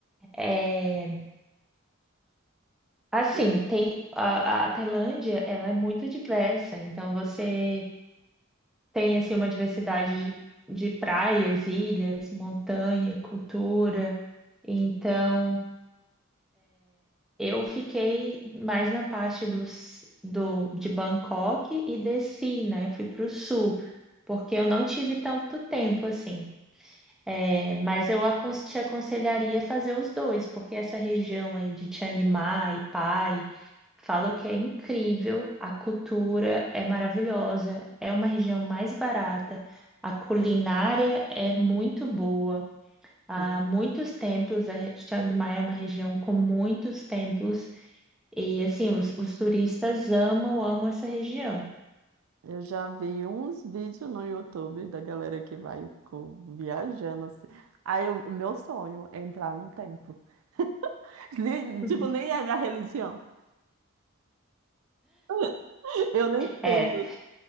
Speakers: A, in the centre; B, on the right.
A: É, assim,
B: Eu
A: tem a, a Tailândia, ela é muito diversa, então você tem assim uma diversidade de, de praias, ilhas, montanha, cultura. Então, eu fiquei mais na parte dos, do, de Bangkok e desci, né? Fui para o sul, porque eu não tive tanto tempo assim. É, Mas eu acon- te aconselharia a fazer os dois, porque essa região aí de Chiang Mai, Pai, falam que é incrível, a cultura é maravilhosa, é uma região mais barata, a culinária é muito boa, há
B: Sim.
A: muitos templos, a re- Chiang Mai é uma região com muitos templos, e assim, os, os turistas amam, amam essa região.
B: Eu já vi uns vídeos no YouTube da galera que vai e ficou viajando assim. Aí, o meu sonho é entrar num templo. <laughs> Nem-
A: <laughs>
B: Tipo, nem é minha religião. <laughs> Eu não entendo.
A: É,